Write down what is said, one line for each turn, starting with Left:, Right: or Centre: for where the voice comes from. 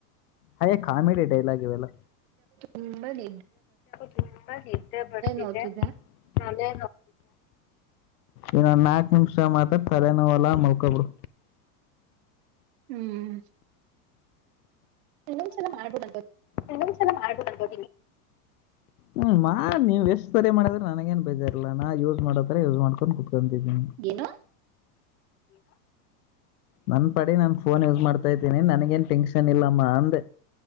Left: ಹಯೇ ಕಾಮಿಡಿ ಡೈಲಾಗ್ ಇವೆಲ್ಲ
Right: ಹಂಬನೆಿ
Left: ತುಂಬಾ ನ್ದೆ ಬರ್ತಿದೆ
Right: ನೋಡ್ತಿದ್ದೆ
Left: ಅೇ ಇನ್ನೊ ನಾಕ್ ನಿಮಷ ಮಾತ್ರ ತಲೆನೋ ಅಲ್ಲಾ ಮಲ್ಕಬಡು
Right: ಹ್ಮ್ ಇನ್ನ್ ಚೆ ಮಾಡ್ಬಡ
Left: ಇನೊದ್ದು ಚಲ ಮಾಡ ಹ್ಮ ಮಾ ನೀ್ ಎಷ್ಟು ಸರಿ ಮಾಡಿದ್ರೆ ನನಗೇಏನ್ ಬೇಜಾರ್ಲ್ಲ ನಾ ಯೂಸ್ ಮಾಡೋತ್ರರ ಯೂಸ್ ಮಾಡ್ಕೊಂಡು ಕುೂಿ ಂತಿದ್ದ
Right: ಏನು
Left: ನನ್ ಪಡೆ ನಾನು ಫೋನ್ ಯೂಸ್ ಮಾಡ್ತಾ ಇದ್ದೀನಿ ನನ್ಗೇನ್ ಟೆನ್ಷನ್ ಇಲ್ಲಮ್ಮ ಅಂದೆ